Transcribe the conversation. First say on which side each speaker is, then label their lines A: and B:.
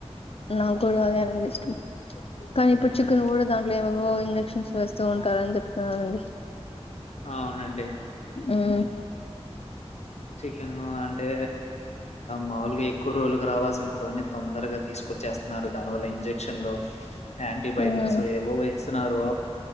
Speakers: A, on the left; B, on the left.
A: నా కూడా అదే అండి ఇష్టం కానీ
B: మ్మ్,
A: పుచ్చుకునికూడా దాంట్లో ఏమేమ్ ఓ ఇంజెక్షన్స్ వేస్తూ ఉంటారని చెప్తనారండి
B: అవునండి
A: ఉమ్
B: చికెన్ అంటే మాములుగా ఎక్కువ రోజులుగా రావాల్సిన కొన్ని తొందరగా తీసుకొచ్చేస్తున్నారు దానివల్ల ఇంజెక్షన్లు యాంటీబయటిక్స్
A: మ్మ్
B: ఏవో వేస్తున్నారు